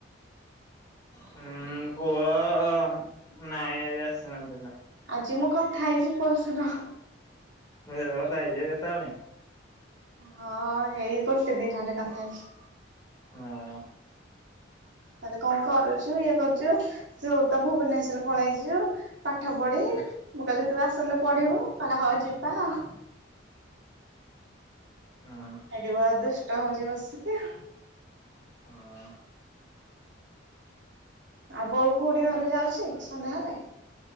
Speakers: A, on the left; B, on the right.
A: ହଁ ପୁଅ ନାଇଁ ଆଜି ଆସିନାହନ୍ତି।
B: ଆଜି ମୁଁ କଥା ହେଇଛି ପୁଅଶହିଁତ।
A: ପଇ କଥା ହେଇଯିବ କେତେବେଳେ।
B: ହଁ ହେଇ ଗୋଟେ ଦିନ ହେଲେ କଥା ହେଇଛି।
A: ହଁ
B: ତାେ କଣ କରୁଛୁ ଇଏ କରୁଛୁ ତୁ ତ ଭୁବନେଶ୍ଵର ପଳେଇଛୁ ପାଠ ପଢି
A: ହଁ
B: ମୁଁ କହିଲି ତୁ ଆସନୁ ପଢିବୁ କହିଲେ ହଉ ଯିବା ଆଉ
A: ହଁ
B: ଏଠି ବ ଦୁଷ୍ଟ ହଉଛି ବସିକି
A: ହଁ
B: ଆଉ ବୋଉ ଖୁଡି
A: ହଁ
B: ଘରୁ ଯାଉଛି ସନ୍ଧ୍ୟା ହେଲେ